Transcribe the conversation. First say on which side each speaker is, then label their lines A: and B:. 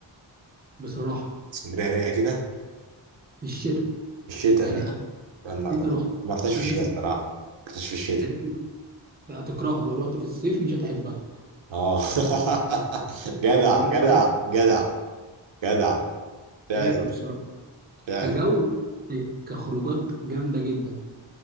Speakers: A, on the right (about 20°); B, on the right (about 70°).
A: بصراحه
B: اسكندريه رايقه كده
A: في الشتاء
B: في الشتاء
A: يعني
B: لا
A: انا
B: انا ما
A: جيت رحت
B: ما رحتش في
A: الناس
B: الشتاء
A: اللي
B: الصراحه ما رحتش في الشتاء
A: قالت لي هتكرهها لو رحت في الصيف مش هتحبها
B: اه <laughs> جدع
A: يعني فاهم
B: جدع
A: أنا؟
B: جدع جدع فعلا
A: رايقه بصراحه
B: فعلا
A: كجو رايقة. كخروجات جامده جدا